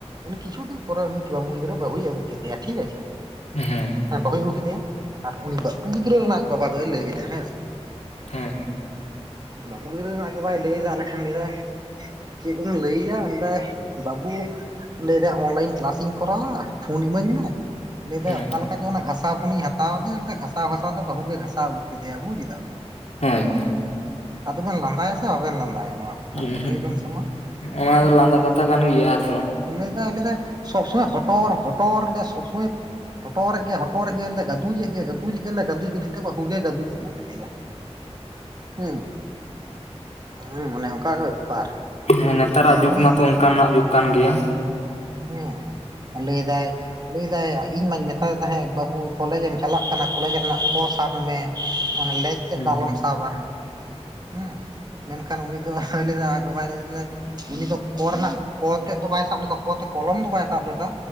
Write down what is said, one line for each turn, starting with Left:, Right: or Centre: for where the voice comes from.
Right: ᱩᱱᱤ ᱠᱤᱪᱷᱩ ᱫᱤᱱ ᱯᱚᱨ ᱩᱱᱤ ᱵᱟᱹᱵᱩ ᱜᱤᱫᱽᱨᱟᱹ ᱵᱟᱹᱦᱩᱭ ᱟᱹᱜᱩ ᱠᱮᱫᱮᱭᱟ ᱴᱷᱤᱠ ᱟᱪᱷᱮ
Left: ᱦᱮᱸ
Right: ᱦᱮᱸ ᱵᱟᱦᱩ ᱟᱹᱜᱩ ᱠᱮᱫᱮᱭᱟ ᱟᱨ ᱩᱱᱤ, ᱵᱟᱯᱩ ᱜᱤᱫᱽᱨᱟᱹ ᱨᱮᱱ ᱟᱜ ᱵᱟᱵᱟ ᱫᱚᱭ ᱞᱟᱹᱭ ᱭᱮᱫᱟ ᱦᱮᱸ ᱥᱮ
Left: <inaudible>
Right: ᱵᱟᱹᱵᱩ ᱜᱤᱫᱨᱟᱹ ᱨᱮᱱ ᱟᱡ ᱵᱟᱵᱟ ᱞᱟᱹᱭᱟ ᱟᱭᱟ ᱟᱞᱮ ᱴᱷᱮᱱ ᱞᱟ. ᱭ ᱫᱟᱭ ᱟᱫᱚ ᱪᱮᱫ ᱮᱢ ᱞᱟᱹᱭᱟ ᱵᱟᱹᱵᱩ ᱞᱟᱹᱭᱫᱟᱭ ᱚᱱᱞᱟᱭᱤᱱ ᱠᱤᱞᱟᱥ ᱤᱧ ᱠᱚᱨᱟᱣᱟ ᱯᱷᱳᱱ ᱤᱢᱟᱹᱧ ᱢᱮ ᱞᱟᱹᱭᱮᱫᱟ
Left: ᱦᱮᱸ
Right: ᱚᱠᱟᱞ ᱞᱮᱠᱟ ᱪᱚ ᱚᱱᱟ ᱜᱷᱟᱥᱟᱣ ᱯᱷᱩᱱ ᱤᱧ ᱦᱟᱛᱟᱣ ᱠᱮᱫᱮᱭᱟᱮ ᱜᱷᱟᱥᱟᱣ ᱜᱷᱟᱥᱟᱣ ᱛᱮ ᱵᱟᱹᱦᱩ ᱜᱮ ᱜᱷᱟᱥᱟᱣ ᱟᱹᱜᱩ ᱠᱮᱫᱮᱭᱟ ᱵᱩᱡ ᱫᱟᱢ
Left: ᱦᱳᱭ
Right: ᱟᱫᱚ ᱵᱮᱱ ᱞᱟᱸᱫᱟᱭᱟ ᱥᱮ ᱵᱟᱵᱮᱱ ᱞᱟᱸᱫᱟᱭᱟ, ᱱᱚᱣᱟ ᱠᱟᱛᱷᱟ
Left: ᱦᱳᱭ
Right: ᱨᱮᱫᱚ ᱞᱟᱹᱭ ᱵᱮᱱ ᱥᱮ ᱢᱟ
Left: ᱚᱱᱟ
Right: ᱦᱮᱸ
Left: ᱫᱚ ᱞᱟᱸᱫᱟ ᱠᱟᱛᱷᱟ ᱠᱟᱱ ᱜᱮᱭᱟ ᱟᱫᱚ
Right: ᱞᱟᱹᱭ ᱫᱟᱭ ᱞᱟᱹᱭ ᱮᱫᱭ ᱥᱚᱵ ᱥᱚᱢᱚᱭ ᱦᱚᱴᱚᱨ ᱦᱚᱴᱚᱨ ᱥᱚᱵ ᱥᱚᱢᱚᱭ ᱦᱚᱴᱚᱨ ᱮᱜ ᱜᱮᱭᱟ ᱦᱚᱴᱳ ᱨᱮᱜ ᱜᱮᱭᱟ ᱞᱮᱫᱟ ᱜᱟᱫᱩᱡ ᱮ ᱜᱟᱩᱫᱡ ᱜᱟᱫᱩᱡ ᱵᱟᱹᱦᱩ ᱜᱮ ᱜᱟᱫᱩᱡ ᱟᱜᱩ ᱠᱮᱫᱮᱭᱟ᱾ ᱦᱩᱸ ᱦᱩᱸ ᱚᱱᱮ ᱚᱝᱠᱟ ᱜᱮ ᱵᱮᱯᱟᱨ᱾
Left: ᱦᱮᱸ ᱱᱮᱛᱟᱨ ᱟᱜ ᱡᱩᱜᱽ
Right: ᱦᱮᱸ
Left: ᱢᱟᱛᱚ ᱚᱱᱠᱟᱱᱟᱜ ᱡᱩᱜᱽ ᱠᱟᱱ ᱜᱮᱭᱟ᱾
Right: ᱦᱮᱸ ᱞᱮᱭ ᱫᱟᱭ ᱞᱟᱹᱭᱫᱟᱭ ᱤᱧ ᱢᱟᱧ ᱢᱮᱛᱟᱭ ᱛᱟᱦᱮᱸᱫ ᱵᱟᱹᱵᱩ ᱠᱚᱞᱮᱡ ᱮᱢ ᱪᱟᱞᱟᱜ ᱠᱟᱱᱟ ᱠᱚᱞᱮᱡ ᱨᱮᱱᱟᱜ ᱠᱚ ᱥᱟᱵ ᱢᱮ᱾ ᱚᱱᱮ ᱞᱮᱡᱽ ᱛᱮ
Left: ᱦᱮᱸ
Right: ᱫᱚ ᱟᱞᱚᱢ ᱥᱟᱵᱟ ᱦᱮᱸ᱾ ᱢᱮᱱᱠᱷᱟᱱ ᱩᱱᱤ ᱫᱚᱭ ᱞᱟᱹᱭ ᱫᱟ ᱟᱡ ᱵᱟᱵᱟᱭ ᱞᱟᱹᱭ ᱞᱮᱫᱟᱭ ᱩᱱᱤ ᱫᱚ᱾ ᱠᱚ ᱨᱮᱱᱟᱜ ᱠᱚ ᱛᱮᱫ ᱫᱚ ᱵᱟᱭ ᱥᱟᱵ ᱞᱮᱫᱟ ᱠᱚ ᱛᱮ ᱠᱚᱞᱚᱢ ᱫᱚ ᱵᱟᱭ ᱥᱟᱵ ᱞᱮᱫᱟ